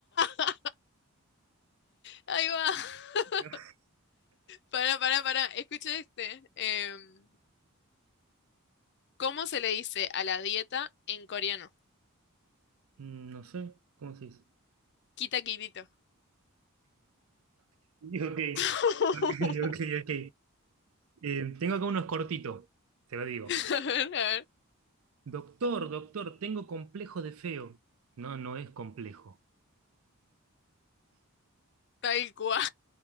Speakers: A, on the left; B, on the right.
A: <laughs> ahí va. <laughs>
B: <laughs>
A: Pará, pará, pará. Escucha este. Em, ¿cómo se le dice a la dieta en coreano?
B: Mm, No sé, ¿cómo se dice?
A: Quita quitito.
B: Ok,
A: <laughs>
B: <laughs> ok, ok. Eh, tengo acá unos cortitos, te lo digo.
A: A ver, a ver.
B: Doctor, doctor, tengo complejo de feo. No, no es complejo.
A: Tal cual.